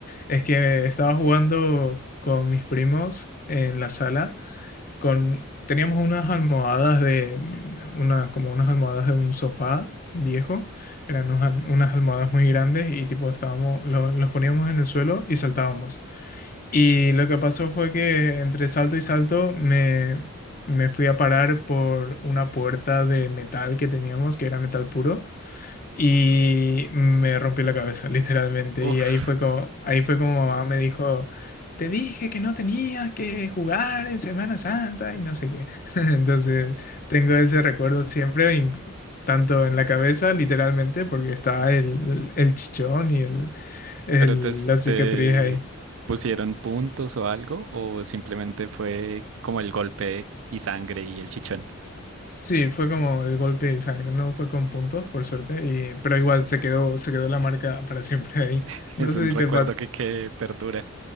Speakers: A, on the left; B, on the right.
A: es que estaba jugando con mis primos en la sala, con teníamos unas almohadas de unas como unas almohadas de un sofá viejo, eran unas, al- unas almohadas muy grandes y tipo estábamos lo- los poníamos en el suelo y saltábamos. Y lo que pasó fue que entre salto y salto me me fui a parar por una puerta de metal que teníamos, que era metal puro. Y me rompí la cabeza, literalmente.
B: Uf,
A: Y ahí fue como, ahí fue como mamá me dijo, te dije que no tenías que jugar en Semana Santa y no sé qué. <laughs> Entonces, tengo ese recuerdo siempre, in- tanto en la cabeza, literalmente, porque está el, el chichón y el, el-
B: pero te,
A: la cicatriz
B: te
A: ahí.
B: pusieron puntos o algo, o simplemente fue como el golpe y sangre y el chichón.
A: Sí, fue como el golpe de sangre, no fue con puntos, por suerte, y, pero igual se quedó, se quedó la marca para siempre ahí.
B: <laughs>
A: No
B: Es
A: sé
B: un recuerdo
A: si te, pa-
B: que, que perdura.